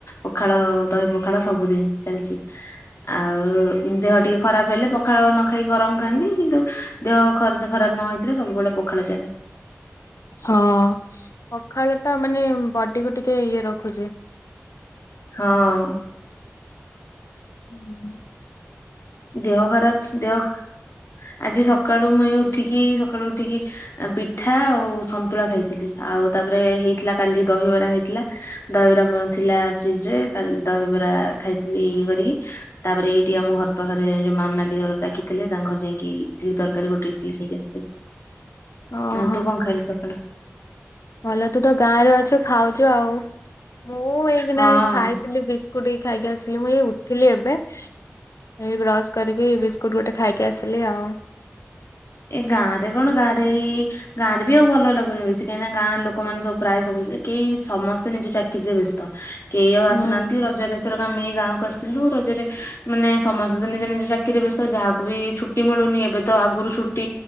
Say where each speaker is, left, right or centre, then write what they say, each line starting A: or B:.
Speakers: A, on the left; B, on the left.
A: ପଖାଳ ଦହି ପଖାଳ ସବୁଦିନ ଚାଲଚି। ଆଉ ଦେହ ଟିକେ ଖରାପ ହେଲେ ପଖାଳ ନ ଖାଇକି ଗରମ ଖାଆନ୍ତି କିନ୍ତୁ ଦେହ ଖର୍ଚ୍ଚ ଖରାପ ନହେଇଥିଲେ ସବୁବେଳେ ପଖାଳ ଚାଲେ।
B: ହଁ ପଖାଳଟା ମାନେ ବଡିକୁୁ ଟିକେ ଇଏ ରଖୁଚି।
A: ହଁ।
B: ହୁଁ।
A: ଦେହ ଖରାପ ଦେହ ଆଜି ସକାଳୁ ମୁ ଏଇ ଉ ଠିକି ସକାଳୁ ଉଠିକି ପିଠା ଆଉ ସନ୍ତୁଳା ଖାଇଥିଲି। ଆଉ ତାପରେ ହେଇଥିଲା କାଲି ଦହିବରା ହେଇଥିଲା ଦହିବରା ବ ଥିଲା ଫ୍ରିଜରେ କାଲି ଦହିବରା ଖାଇଥିଲି ଇଏ କରିକି ତାପରେ ଏଇଠି ଆମ ଘ ତ ଘରେ ଯୋଉ ମାମାଲି ଘର ଡାକିଥିଲେ ତାଙ୍କ ଘର ଯାଇଁକି ଇଟିଲି ତରକାରୀ ଗୋଟେ ଇଟିଲି ଖାଇକି ଆସଥିଲି।
B: ଓହୋ।
A: ଆଁ ତୁ କଣ ଖାଇଲୁ ସକାଳୁ?
B: ଭଲ ତୁ ତ ଗାଁ ରେ ଅଛୁ ଖାଉଛୁ ଆଉ ମୁଁ ଏଇକିନା
A: ହଁ।
B: ଖାଇଥିଲି ବିଶ ବିସ୍କୁଟ ଖାଇକି ଆସିଲି ମୁଁ ଉଠିଲି ଏବେ ଏ ବ୍ରସ୍ କରିକି ବିସ୍କୁଟ ଗୋଟେ ଖାଇକି ଆସିଲି ଆଉ
A: ଏ ଗାଁ ରେ କଣ ଗାଁ ରେ ଏଇ ଗାଁ ରେ ବି ଆଉ ଭଲ ଲାଗୁନି ବେଶୀ କାହିଁକି ନା ଗାଁ ଲୋକମାନେ ସବୁ ପ୍ରାୟ ସବୁ କେହି ସମସ୍ତେ ନିଜ ଚାକିରିରେ ବ୍ୟସ୍ତ, କେହି ଆଉ
B: ହୁଁ
A: ଆସୁନାହାନ୍ତି ରଜରେଥର ଆମେ ଗାଁକୁ ଆସି ଆସିଲୁ ରଜରେ ମାନେ ସମସ୍ତେ ତ ନିଜ ନିଜ ଚାକିରିରେ ବ୍ୟସ୍ତ ଯାହାକୁ ବି ଛୁଟି ମିଳୁନି ଏବେ ତ ଆଗରୁଛୁ ଛୁଟି